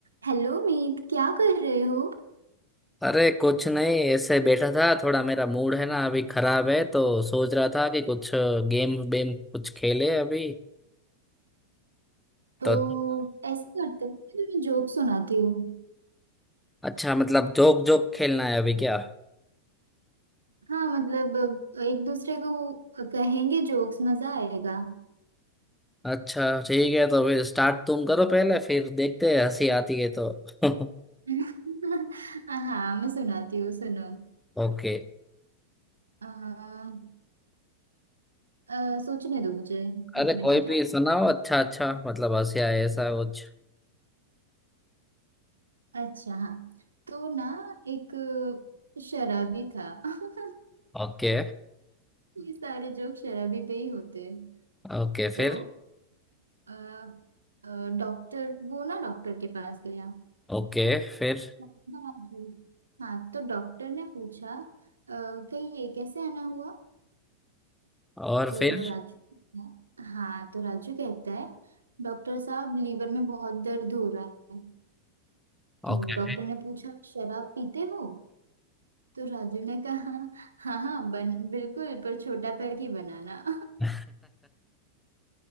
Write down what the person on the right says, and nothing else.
Hello Meet क्या कर रहे हो
तो
ऐसे करते हो मैं तुम्हें जोक सुनाती हूँ
हाँ मतलब एक दूसरे को कहेंगे जोक्स मजा आएगा
<laughs> हाँ मैं सुनाती हूँ सुनो
अ, अ, सोचने दो मुझे एक
मिनट
हाँ
अच्छा हाँ तो ना एक शराबी था <laughs>
ये सारे जोक शराबी पे ही होते हैं
तो
अ, अ, डॉक्टर वो ना डॉक्टर के पास गया
हाँ हाँ, हाँ, तो डॉक्टर ने पूछा "अ, कहीं ये कैसे आना हुआ
तो
राजू हाँ तो राजू कहता है डॉक्टर साहब लीवर में बहुत दर्द हो रहा है
तो डॉक्टर ने पूछा शराब पीते हो तो राजू ने कहा हाँ हाँ बन बिल्कुल पर छोटा पैग ही बनाना